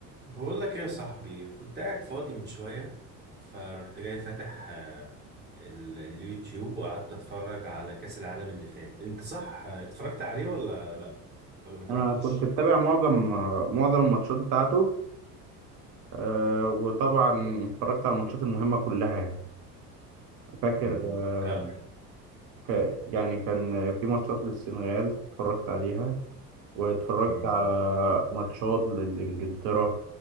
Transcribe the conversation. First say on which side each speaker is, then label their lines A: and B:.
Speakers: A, on the right; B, on the right.
A: بقول لك ايه يا صاحبي كنت قاعد فاضي من شوية فرحت جاي فاتح آه، ال- اليوتيوب وقعدت اتفرج على كأس العالم اللي فات انت صح آه، اتفرجت عليه ولا لا ولا ما تابعتوش
B: أنا كنت متابع معظم آه، معظم الماتشات بتاعته آه، وطبعا اتفرجت على الماتشات المهمة كلها يعني فاكر
A: مم.
B: آه،
A: كام
B: ك- يعني كان في ماتشات للسنغال اتفرجت عليها واتفرجت
A: مم.
B: على ماتشات لإنجلترا